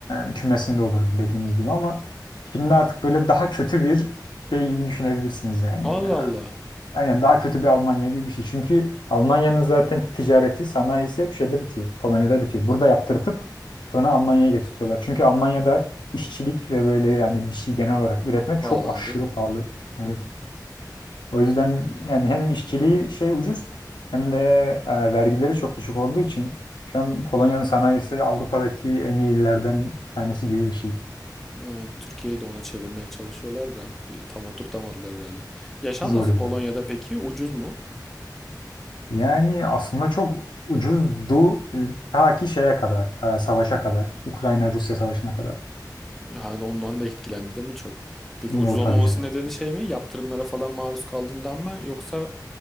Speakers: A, on the left (about 85°); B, in the centre.
A: e, kümesinde olurdu dediğiniz gibi ama şimdi artık böyle daha kötü bir şey gibi düşünebilirsiniz yani.
B: Allah Allah
A: Aynen daha kötü bir Almanya gibi bir şey. Çünkü Almanya'nın zaten ticareti, sanayisi hep şeyde bitiyor. Polonya'da bitiyor. Burada yaptırtıp sonra Almanya'ya getirtiyorlar. Çünkü Almanya'da işçilik ve böyle yani bir şey genel olarak üretmek
B: pahalandı.
A: çok aşırı pahalı. Evet.
B: Hı hı.
A: O yüzden yani hem işçiliği şey ucuz hem de e, vergileri çok düşük olduğu için şu an Polonya'nın sanayisi Avrupa'daki en iyilerden bir tanesi gibi bir şey.
B: Aynen, Türkiye'yi de ona çevirmeye çalışıyorlar da bir, tam oturtamadılar herhalde. Yaşam
A: Zor
B: nasıl
A: yani.
B: Polonya'da peki? Ucuz mu?
A: Yani aslında çok ucuzdu e, ta ki şeye kadar, e, savaşa kadar, Ukrayna-Rusya savaşına kadar.
B: Yani ondan da etkilendi mi çok? Peki ucuz
A: O
B: olmaması
A: tabii canım.
B: nedeni şey mi? Yaptırımlara falan maruz kaldığından mı? Yoksa